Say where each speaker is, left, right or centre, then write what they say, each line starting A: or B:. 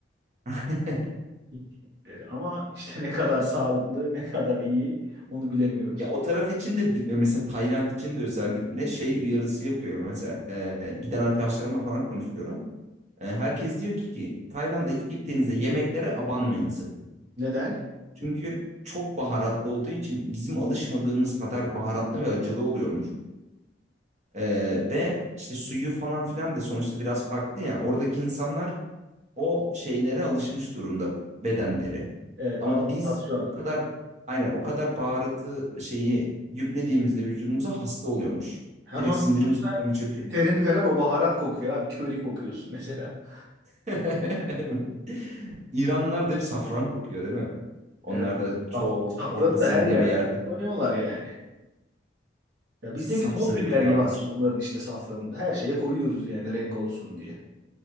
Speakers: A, on the right; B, on the right.
A: <laughs>
B: Hintlileri. Ama işte ne kadar sağlıklı, ne kadar iyi onu bilemiyoruz.
A: Ya o taraf için de bi- e, mesela Tayland için de özellikle şey uyarısı yapıyorum. Mesela e, giden arkadaşlarımla falan konuşuyorum. E, herkes diyor ki Tayland'a ilk gittiğinizde yemeklere abanmayın sakın.
B: Neden?
A: Çünkü çok baharatlı olduğu için bizim alışmadığımız kadar baharatlı ve acılı oluyormuş. E, ve işte suyu falan filan da sonuçta biraz farklı ya. Oradaki insanlar o şeylere alışmış durumda bedenleri.
B: Evet,
A: Ama
B: adaptasyon.
A: biz o kadar aynen o kadar baharatı şeyi yüklediğimizde vücudumuza hasta oluyormuş.
B: Hem
A: Direkt
B: hasta
A: sindirim
B: oluyorsun
A: sistemi
B: hem
A: çöküyormuş.
B: terin falan o baharat kokuyor abi. Köri kokuyorsun mesela. <laughs>
A: <laughs> İranlılar da hep safran kokuyor değil mi? Onlar
B: Evet.
A: da çok
B: Saf- Safranı
A: ortasında
B: da her yerde
A: bir yerde.
B: kullanıyorlar yani. Ya bizdeki
A: Sapsarı
B: toz biber
A: pilavlar.
B: gibi aslında onların işte safranı da. Her şeye koyuyoruz yani renk olsun diye.